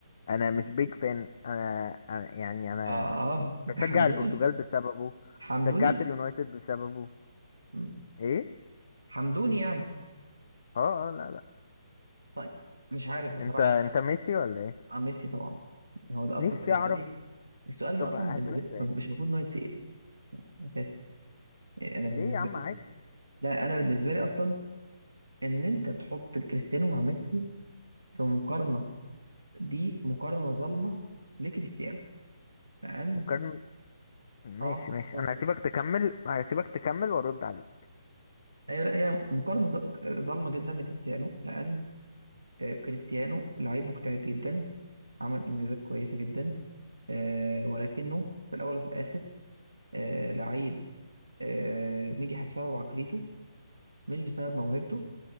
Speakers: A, on the left; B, on the right.
A: انا مش
B: مم.
A: بيج فان أنا, انا يعني انا
B: اه
A: بشجع
B: اه انت حمدوني
A: البرتغال بسببه
B: حمدوني
A: شجعت اليونايتد بسببه
B: مم.
A: ايه
B: حمدوني يعني
A: اه اه لا لا
B: طيب مش عارف بصراحه
A: انت انت
B: انا
A: ميسي ولا ايه
B: اه ميسي طبعا هو ده اصلا
A: نفسي
B: بالنسبه
A: اعرف
B: لي السؤال ده
A: طب
B: اصلا
A: هسألك
B: بالنسبه لي
A: سؤال
B: مش المفروض انه يتسال اساسا يعني انا
A: ليه
B: بالنسبه
A: يا عم
B: لي
A: عادي
B: لا انا بالنسبه لي اصلا ان انت تحط كريستيانو مع ميسي في مقارنه دي مقارنة ظالمة لكريستيانو لأن
A: مقارنة ماشي
B: اه مقارنة
A: ماشي
B: ظالمة
A: انا
B: لكريستيانو.
A: هسيبك تكمل هسيبك تكمل وارد عليك
B: ايوه لا هي مقارنة ظ- ظالمة جدا لكريستيانو لأن آه، كريستيانو لعيب مجتهد جدا عمل إنجازات كويسة جدا آه، ولكنه في الأول وفي الآخر آه، لعيب آه، نجح بسبب عقليته مش بسبب موهبته